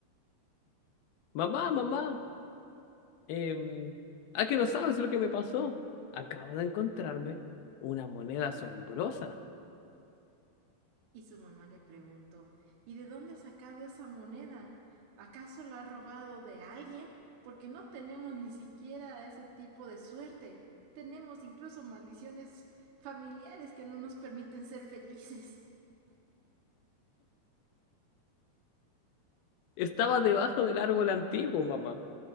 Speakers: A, on the left; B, on the right.
A: Mamá, mamá, em, ¿a que no sabes lo que me pasó? Acabo de encontrarme una moneda asombrosa.
B: Y su mamá le preguntó ¿Y de dónde ha sacado esa moneda? ¿Acaso la ha robado de alguien? Porque no tenemos ni siquiera ese tipo de suerte. Tenemos incluso maldiciones familiares que no nos permiten ser felices. <laughs>
A: Estaba debajo del árbol antiguo, mamá.